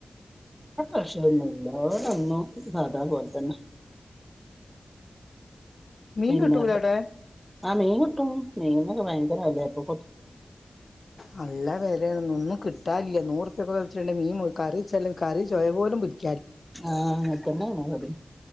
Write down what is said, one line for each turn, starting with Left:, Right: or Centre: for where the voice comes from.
Centre: <unintelligible> സാതാ പോലെത്തന്നെ
Left: മീൻ
Centre: പിന്നെ
Left: കിട്ടൂലേ അവിടെ
Centre: ആ മീൻ കിട്ടും മീന്നൊക്കെ ഭയങ്കര വില ഇപ്പോ
Left: നല്ല വേലരുന്നു ഇന്ന് കിട്ടാൻ ഇല്ലനൂറുപക്കെ വെടിച്ചങ്കിൽ മീൻ കറി വെച്ചല്ലും കറി ചൊവ പോലും ഇല്ല
Centre: ആഹ് ഇക്ക് അനെ അങ്ങനെ മതി